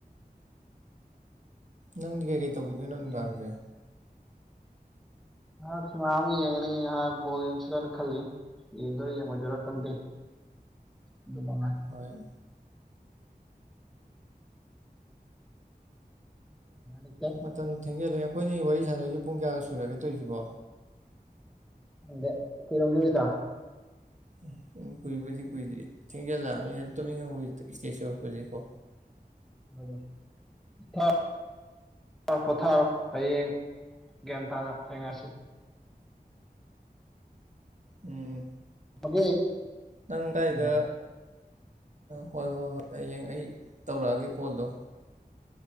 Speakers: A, on the right (about 50°); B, in the centre.
A: ꯅꯪꯗꯤ ꯀꯩ ꯀꯩ ꯇꯧꯕꯤꯗꯣꯏꯅꯣ ꯅꯨꯡꯗꯥꯡꯁꯦ
B: ꯌꯦꯡꯁꯤ ꯉꯍꯥꯛ ꯁꯤꯃꯥ ꯑꯃ ꯌꯦꯡꯉꯅꯤ ꯉꯍꯥꯛ ꯕꯣꯜ ꯌꯦꯡꯁꯤꯗꯅ ꯈꯜꯂꯤ ꯌꯦꯡꯗꯔ ꯌꯦꯡꯉꯣꯏ ꯑꯗꯨꯔ ꯈꯟꯗꯦ ꯑꯗꯨ ꯅꯨꯡꯉꯥꯏ
A: ꯑꯩꯣꯏ
B: ꯂꯩꯇꯦ
A: ꯃꯇꯝꯗꯨ ꯊꯦꯡꯖꯤꯜꯂꯑꯦ ꯑꯩꯈꯣꯏꯅꯤ ꯋꯥꯔꯤ ꯁꯥꯟꯅꯛꯏꯁꯦ ꯄꯨꯡ ꯀꯌꯥꯒ ꯁꯨꯔꯒꯦ ꯇꯧꯔꯤꯁꯤꯕꯣ
B: ꯑꯗ ꯀꯩꯅꯣꯝꯒꯤ ꯑꯣꯏꯗ
A: ꯎꯝ ꯎꯝ ꯀꯨꯏꯕꯨꯗꯤ ꯀꯨꯏꯔꯗꯗꯤ ꯊꯦꯡꯖꯤꯜꯂꯛꯑꯅꯤꯅ ꯇꯣꯃꯤꯉꯕꯨ ꯏꯁꯇꯦꯖ ꯌꯧꯔꯛꯄꯁꯦꯀꯣ
B: ꯍꯅꯦ ꯊ ꯄꯔꯣ ꯄꯣꯊꯥꯔꯣ ꯍꯌꯦꯡ ꯒ꯭ꯌꯥꯟ ꯇꯥꯅ ꯊꯦꯡꯅꯔꯁꯤ
A: ꯎꯝ
B: ꯃꯒꯦ
A: ꯅꯪꯥꯏꯗ
B: ꯎꯝ
A: ꯍꯣꯏ ꯍꯣꯏ ꯍꯣꯏ ꯍꯌꯦꯡ ꯑꯩ ꯇꯧꯔꯛꯑꯒꯦ ꯀꯣꯜꯗꯣ